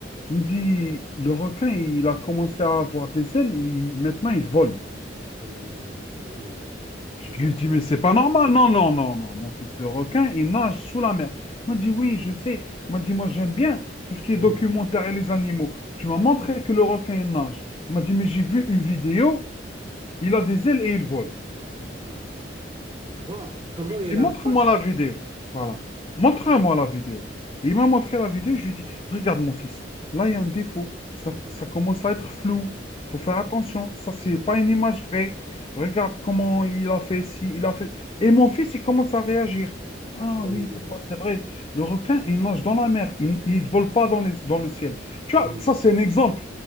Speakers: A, on the left; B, on the right.
A: Il me dit, le requin, il a commencé à avoir des ailes et maintenant il vole.
B: oui, oui. Aïe, aïe, aïe, je
A: Je
B: vois
A: lui
B: bien.
A: dis, mais c'est pas normal. Non, non, non, non. Mon fils, le requin, il nage sous la mer. Il m'a dit, oui, je sais. Il m'a dit, moi, j'aime bien tout ce qui est
B: Oui.
A: documentaire et les animaux. Tu m'as montré que le requin, il nage. Il m'a dit, mais j'ai vu une vidéo. Il a des ailes et il vole.
B: Ah, tu vois, comment
A: Je lui
B: il
A: ai dit,
B: impacte.
A: montre-moi la vidéo. Voilà.
B: Ah,
A: Montre-moi la vidéo. Et il m'a montré la vidéo. Je lui ai dit, regarde mon fils, là il y a un défaut. Ça,
B: ouais.
A: ça commence à être flou. Il Faut faire attention. Ça, c'est
B: Ah oui,
A: pas une image vraie. Regarde comment il a fait si il a fait. Et mon fils, il commence à réagir. Ah
B: ah oui,
A: oui,
B: oui,
A: papa, c'est vrai. Le requin, il nage dans la mer. Il ne vole pas dans les, dans le ciel. Tu
B: oui.
A: vois, ça,
B: oui.
A: c'est un exemple